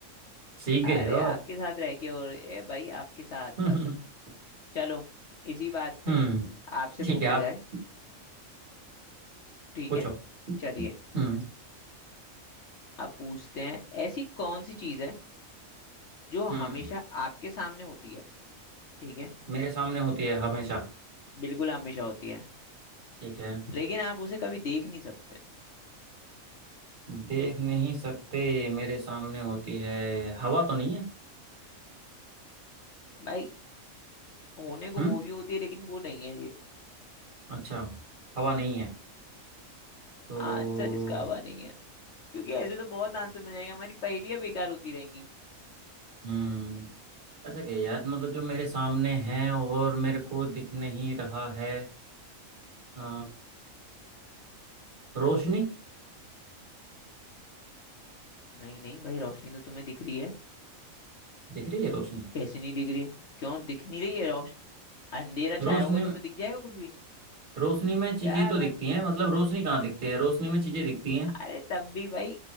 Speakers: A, on the right (about 40°); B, on the left (about 60°).
A: सीख गए
B: अरे
A: हो आप
B: आपके साथ रह के और ए भाई आपके साथ
A: <laughs>
B: बस चलो इसी बात पे
A: हम्म
B: आपसे पूछा
A: ठीक है आप
B: जाए ठीक
A: पूछो
B: है चलिए
A: हम्म
B: अब पूछते हैं ऐसी कौन सी चीज है जो
A: हम्म
B: हमेशा आपके सामने होती है ठीक है
A: मेरे सामने होती है हमेशा
B: बिल्कुल हमेशा होती है
A: ठीक है
B: लेकिन आप उसे कभी देख नहीं सकते
A: देख नहीं सकते मेरे सामने होती है हवा तो नहीं है
B: भाई होने को
A: हम्म
B: वो भी होती है लेकिन वो नहीं है ये
A: अच्छा हवा नहीं है तो
B: आंसर इसका हवा नहीं है क्योंकि ऐसे तो बहुत आंसर मिल जाएंगे हमारी पहेलियां बेकार होती रहेंगी
A: हम्म अच्छा क्या यार मतलब जो मेरे सामने है और मेरे को दिख नहीं रहा है अ, रोशनी
B: नहीं नहीं भाई रोशनी तो तुम्हें दिख रही है
A: दिख रही है रोशनी
B: कैसी नहीं दिख रही है क्यों दिख नहीं रही है रोश अंधेरा
A: रोशनी
B: छाया होगा तो तुम्हें दिख जाएगा कुछ भी
A: रोशनी में चीजें
B: क्या
A: तो
B: बात
A: दिखती
B: है
A: हैं मतलब रोशनी कहाँ दिखती है रोशनी में चीजें दिखती हैं
B: अरे तब भी भाई